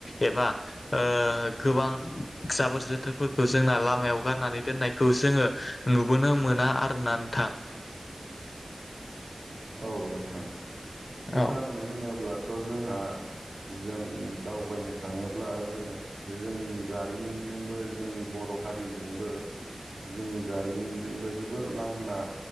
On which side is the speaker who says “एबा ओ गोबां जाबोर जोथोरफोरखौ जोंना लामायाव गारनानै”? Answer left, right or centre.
Left